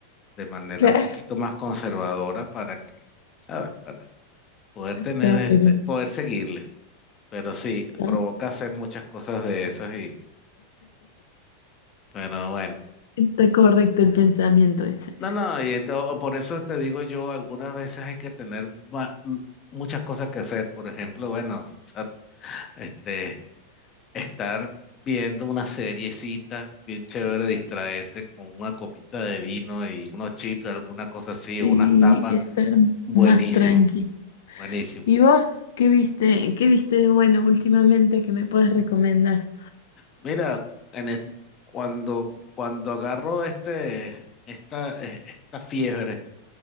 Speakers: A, on the left (about 25°); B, on the left (about 80°).
A: de manera
B: Claro,
A: un poquito más conservadora para que, ¿sabes? Para Poder
B: está
A: tener este,
B: bueno,
A: poder seguirle. Pero sí,
B: está,
A: provoca hacer muchas cosas de esas y, pero bueno.
B: está- correcto el pensamiento ese.
A: No, no, y esto- por eso te digo yo, algunas veces hay que tener va- m- muchas cosas que hacer. Por ejemplo, bueno, o sea, este, estar viendo una seriecita bien chévere, distraerse con una copita de vino y unos chips, alguna cosa así,
B: Y
A: o unas tapas,
B: estar
A: buenísimo,
B: más tranqui
A: buenísimo.
B: ¿Y vos qué viste, qué viste de bueno últimamente que me puedes recomendar?
A: Mira, en es- cuando, cuando agarro este, esta, eh, esta fiebre